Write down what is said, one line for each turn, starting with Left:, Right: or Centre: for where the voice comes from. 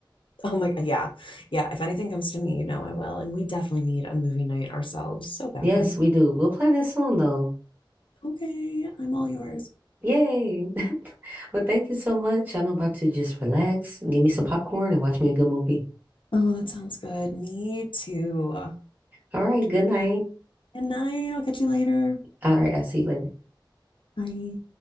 Left: Oh my God. Yeah. Yeah. If anything comes to me, you know I will. And we definitely need a movie night ourselves so badly.
Right: Yes, we do. We'll plan it soon though.
Left: Okay. I'm all yours.
Right: Yay. <laughs> Well, thank you so much. I'm about to just relax and give me some popcorn and watch me a good movie.
Left: Oh, that sounds good. Me too.
Right: All right, good night.
Left: Good night. I'll catch you later.
Right: All right, I'll see you later.
Left: Bye.